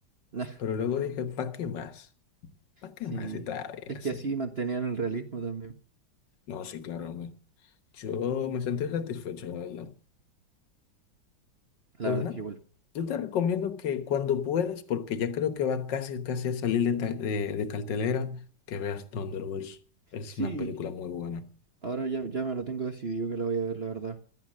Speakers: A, on the right; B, on the left.
A: Nah,
B: Pero luego dije, ¿para qué más? ¿Para qué
A: sí,
B: más si estaba bien
A: es
B: así?
A: que así mantenían el realismo también.
B: No, sí, claro, hombre. Yo me sentí satisfecho, la verdad.
A: La
B: Pues
A: verdad
B: nada,
A: es que igual.
B: yo te recomiendo que cuando puedas, porque ya creo que va casi, casi a salir de, ta- de, de cartelera, que veas Thunderbolts. Es
A: Sí,
B: una película muy buena.
A: ahora ya, ya me lo tengo decidido que la voy a ver, la verdad.